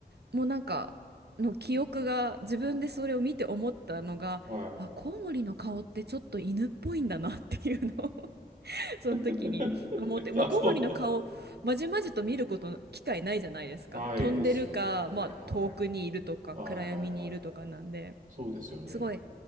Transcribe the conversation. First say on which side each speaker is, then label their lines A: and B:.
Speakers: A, on the right; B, on the right.
A: もうなんか、の記憶が、
B: うん
A: 自分でそれを見て思ったのが、
B: うんはい。
A: あ、コウモリの顔ってちょっと犬っぽいんだなっていうのを <laughs> その時に思って、
B: <laughs>
A: まあ、
B: あ、
A: コウモリの顔、
B: そう。
A: まじまじと見ることの、機会ないじゃないですか。
B: ないですよね。
A: 飛んでるか、まあ、
B: はい。
A: 遠くにいるとか、
B: はい、
A: 暗闇にいるとかなんで。
B: はい、はい。そうですよね。
A: すごい